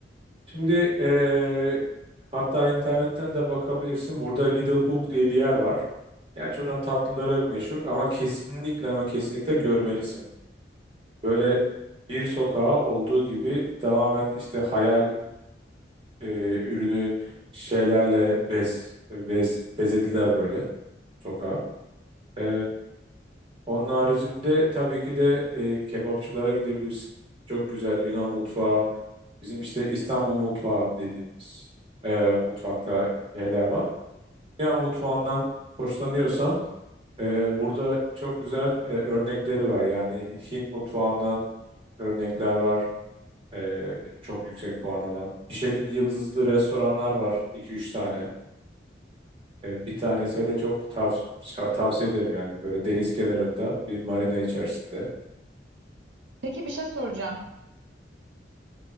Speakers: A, on the right (about 30°); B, on the right (about 85°).
A: Şimdi eee, hatta internetten de bakabilirsin. Burada Little Hook diye bir yer var. Gerçi oradan tatlıları meşhur ama kesinlikle ama kesinlikle görmelisin. Böyle bir sokağa olduğu gibi tamamen işte hayal eee, ürünü şeylerle bez, bez bezediler böyle sokağı. Ee, onun haricinde tabii ki de e, kebapçılara gidebilirsin. Çok güzel Yunan mutfağı, bizim işte İstanbul mutfağı dediğimiz e, mutfakta yerler var. Ya mutfağından hoşlanıyorsan e, burada çok güzel e, örnekleri var. Yani Hint mutfağından örnekler var. E, çok yüksek puan alan. Michelin yıldızlı restoranlar var iki üç tane. E, bir tane de çok tavs- şa- tavsiye ederim yani. Böyle deniz kenarında bir marina içerisinde.
B: Peki bir şey soracağım.